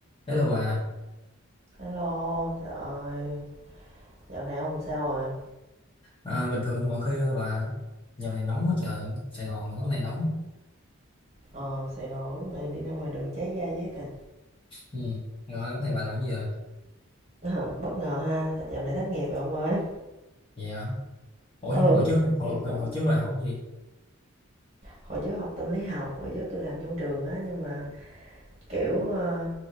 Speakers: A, on the left; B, on the right.
A: Hello bà,
B: Hello, trời ơi, dạo này ông sao rồi?
A: à, bình thường mọi khi bà giờ này nóng quá trời, Sài Gòn hôm nay nóng.
B: Ờ, Sài Gòn lúc này đi ra ngoài đường cháy da cháy thịt.
A: Ừ. Rồi hôm nay bà làm gì rồi?
B: Ờ, bất ngờ ha, dạo này thất nghiệp rồi ông ơi.
A: Vậy hả? Ủa
B: Ừ,
A: nhưng mà hồi trước
B: thất
A: hồi,
B: nghiệp
A: hồi,
B: rồi.
A: hồi trước bà học cái gì?
B: Hồi trước học tâm lý học, hồi trước tôi làm trong trường á, nhưng mà kiểu ờ,